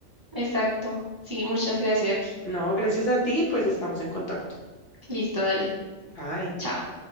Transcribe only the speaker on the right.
exacto. Sí, muchas gracias.
Listo, dale.
Chao.